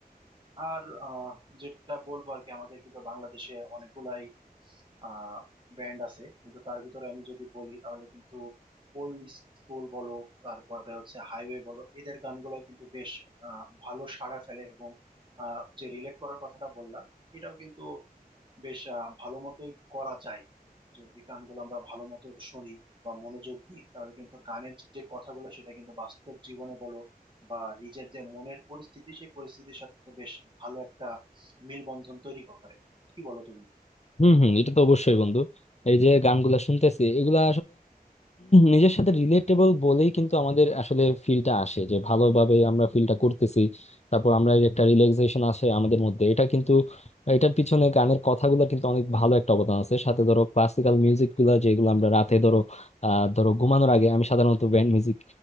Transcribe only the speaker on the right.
আর আহ, যেটা বলবো আর কি আমাদের কিন্তু বাংলাদেশে অনেকগুলাই আহ ব্যান্ড আছে কিন্তু তার ভিতরে আমি যদি বলি তাহলে কিন্তু ওল্ড স্কুল বলো তারপরে হচ্ছে হাইওয়ে বলো এদের গানগুলো কিন্তু বেশ আহ, ভালো সাড়া ফেলে এবং আহ, যে রিলেট করার কথাটা বললা এটাও কিন্তু বেশ আহ, ভালো মতোই করা যায় যদি গানগুলো আমরা ভালো মতো শুনি বা মনোযোগ দিই তাহলে কিন্তু গানের যে কথাগুলো সেটা কিন্তু বাস্তব জীবনে বলো বা নিজের যে মনের পরিস্থিতি সেই পরিস্থিতির সাথে বেশ ভালো একটা মেলবন্ধন তৈরি করে কি বলো তুমি